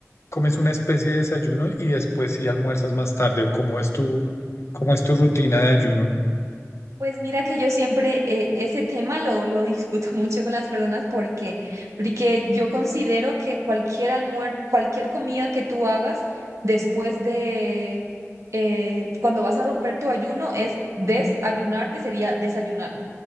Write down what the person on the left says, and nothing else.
comes una especie de desayuno y después sí almuerzas más tarde o cómo es tu, cómo es tu rutina de ayuno.